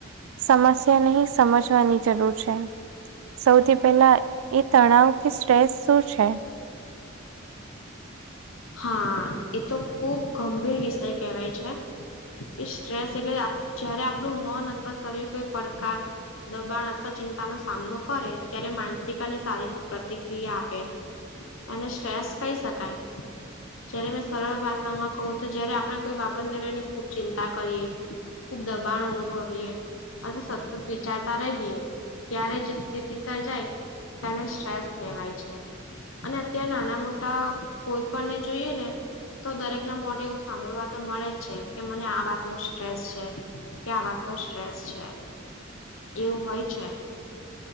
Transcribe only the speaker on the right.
સમસ્યા નહી સમજવાની જરૂર છે. સૌથી પેલા એ તણાવ કે સ્ટ્રેસ શું છે?